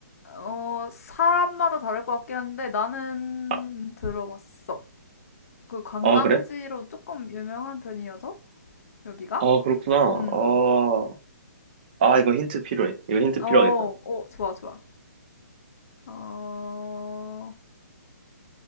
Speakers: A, on the left (about 55°); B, on the right (about 30°).
A: 어, 사람마다 다를 것 같긴 한데 나는
B: 아,
A: 들어봤어. 그 관광지로
B: 아 그래?
A: 조금 유명한 편이어서 여기가?
B: 아 그렇구나
A: 음.
B: 아, 아 이거 힌트 필요해 이거 힌트
A: 음. 어,
B: 필요하겠다
A: 어, 좋아, 좋아. 어.